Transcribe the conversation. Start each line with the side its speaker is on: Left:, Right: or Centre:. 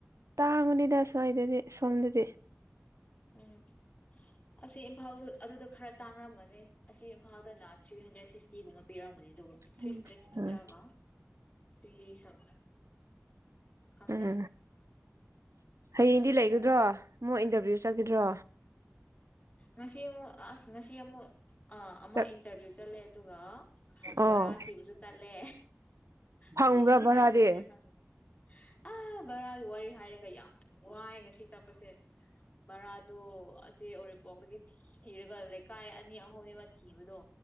Right: ꯇꯥꯡꯕꯅꯤꯗ ꯁ꯭ꯋꯥꯏꯗꯗꯤ ꯁꯣꯝꯗꯗꯤ
Left: ꯎꯝ ꯑꯁꯤ ꯏꯝꯐꯥꯜ ꯑꯗꯨꯗ ꯈꯔ ꯇꯥꯡꯔꯝꯒꯅꯤ ꯑꯁꯤ ꯏꯝꯐꯥꯜꯗꯅ ꯊ꯭ꯔꯤ ꯍꯟꯗ꯭ꯔꯦꯠ ꯐꯤꯐꯇꯤꯒꯨꯝꯕ ꯄꯤꯔꯝꯒꯅꯤ ꯑꯗꯨ ꯊ꯭ꯔꯤ
Right: ꯎꯝ
Left: ꯍꯟꯗ꯭ꯔꯦꯠ ꯅꯠꯇ꯭ꯔꯥꯒ
Right: ꯎꯝ
Left: ꯊ꯭ꯔꯤ ꯁꯝꯊꯤꯡ ꯈꯪꯗꯦ
Right: ꯎꯝ ꯍꯌꯦꯡꯗꯤ ꯂꯩꯒꯗ꯭ꯔꯣ ꯃꯣꯏ ꯏꯟꯇꯔꯚꯤꯌꯨ ꯆꯠꯈꯤꯗ꯭ꯔꯣ
Left: ꯉꯁꯤ ꯑꯃꯨꯛ ꯑꯁ ꯉꯁꯤ ꯑꯃꯨꯛ ꯑꯥ ꯑꯃ
Right: ꯆꯠ
Left: ꯏꯟꯇꯔꯚꯤꯌꯨ ꯆꯠꯂꯦ ꯑꯗꯨꯒꯥ
Right: ꯑꯣ
Left: ꯕꯔꯥ ꯊꯤꯕꯁꯨ ꯆꯠꯂꯦ
Right: ꯐꯪꯕ꯭ꯔꯥ
Left: ꯍꯌꯦꯡꯗꯤ
Right: ꯚꯔꯥꯗꯤ
Left: ꯀꯥꯏ ꯆꯠꯁꯤꯔ ꯈꯪꯗꯦ ꯑ ꯕꯔꯥꯒꯤ ꯋꯥꯔꯤ ꯍꯥꯏꯔꯒ ꯌꯥꯝ ꯋꯥꯏ ꯉꯁꯤ ꯆꯠꯄꯁꯦ ꯕꯔꯥꯗꯣ ꯑꯁꯤ ꯑꯣꯔꯤꯞ ꯄ‌ꯣꯛꯇꯒꯤ ꯊꯤ ꯊꯤꯔꯒ ꯂꯩꯀꯥꯏ ꯑꯅꯤ ꯑꯍꯨꯝꯅ‌ꯦꯕ ꯊꯤꯕꯗꯣ